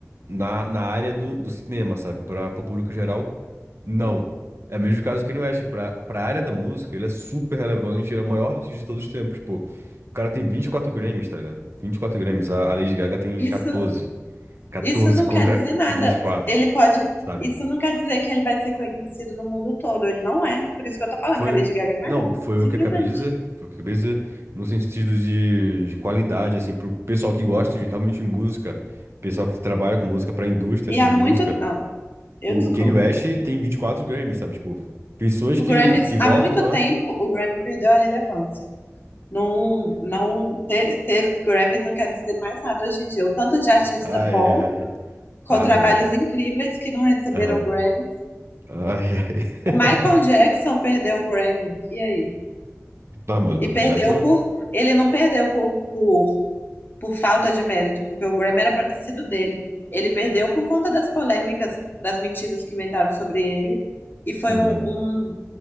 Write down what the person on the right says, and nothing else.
na, na área do, do cinema, sabe? Para o público geral, não. É o mesmo caso que no West, pra, pra área da música, ele é super relevante, ele é o maior artista de todos os tempos, pô. O cara tem 24 Grammys, tá ligado? 24 Grammys, a, a Lady Gaga tem
14. 14
contra
vinte e quatro,
sabe?
Foi.
Não, foi
o que eu acabei de dizer. Foi o que eu acabei de dizer. No sentido de, de qualidade, assim, pro pessoal que gosta de realmente de música, pessoal que trabalha com música, pra indústria,
assim,
de
música.
O,
o Kanye West tem 24 Grammys, sabe? Tipo, pessoas
que,
que votam
lá.
Ai,
ai,
ai,
ai.
ah,
Ai, ai. <laughs>
Tá, mas o
Michael
Jackson.
hum,